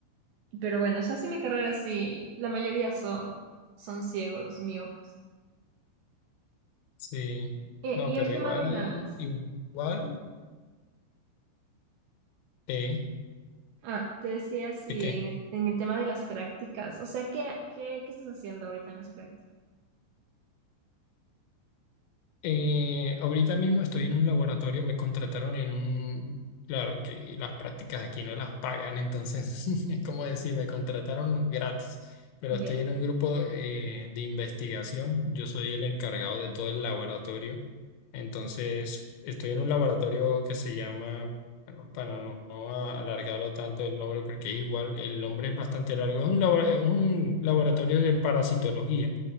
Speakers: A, on the right; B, on the left.
A: pero bueno, o sea, sí mi carrera sí, la mayoría son, son ciegos, miopes.
B: Sí,
A: Eh,
B: no,
A: y
B: pero
A: el tema
B: igual,
A: de las...
B: igual de,
A: Ah, te decía, sí,
B: ¿de qué?
A: en el, en el tema de las prácticas, o sea, ¿qué, qué, qué estás haciendo ahorita en las prácticas?
B: Eh, ahorita mismo estoy en un laboratorio, me contrataron en un, claro que las prácticas aquí no las pagan, entonces <laughs> es como decir, me contrataron gratis, pero
A: ¿Ya?
B: estoy en un grupo eh, de investigación, yo soy el encargado de todo el laboratorio, entonces estoy en un laboratorio que se llama, bueno, para no no alargarlo tanto el nombre, porque es igual, el nombre es bastante largo, es un, labo- es un laboratorio de parasitología.